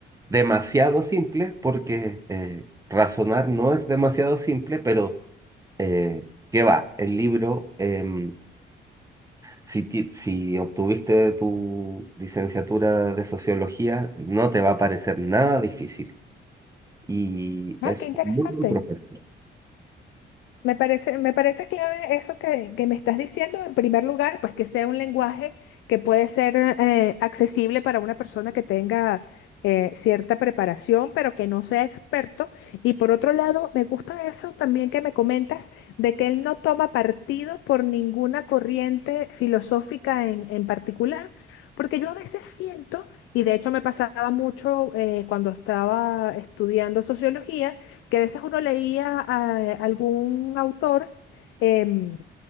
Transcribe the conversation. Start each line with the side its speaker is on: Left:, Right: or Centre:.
Right: demasiado simple porque eh, razonar no es demasiado simple, pero... eh, ¿Qué va? El libro eh, Si, ti- si obtuviste tu licenciatura de sociología, no te va a parecer nada difícil. Y
Left: Ah,
Right: es
Left: qué interesante.
Right: un muy buen profesor.
Left: Me parece, me parece clave eso que, que me estás diciendo. En primer lugar, pues que sea un lenguaje que puede ser eh, accesible para una persona que tenga eh, cierta preparación, pero que no sea experto. Y por otro lado, me gusta eso también que me comentas de que él no toma partido por ninguna corriente filosófica en, en particular, porque yo a veces siento, y de hecho me pasaba mucho eh, cuando estaba estudiando sociología, que a veces uno leía a algún autor em,